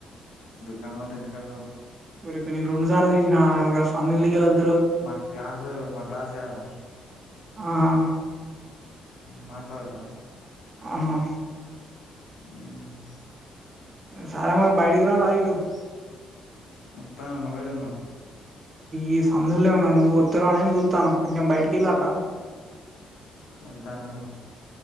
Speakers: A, on the left; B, on the right.
A: దుకానా వద్ద ఇంటి కదా కాదు
B: ఊరికే నేను రెండుసార్లు తీసిన ఇగా ఆ సందు ఆ
A: మా క్లాసు మా క్లాస్ కాదా
B: ఆహా
A: మాట్లాడదా
B: ఆహా
A: ఆ
B: <unintelligible>
A: వస్తాను ఎడ ఉన్నావ్
B: ఈ సందులో ఉన్న నువ్ వస్తావు అని చూస్తున్న కొంచెం బయటికి వెళ్ళి వస్త
A: వెళ్తాను ఉండు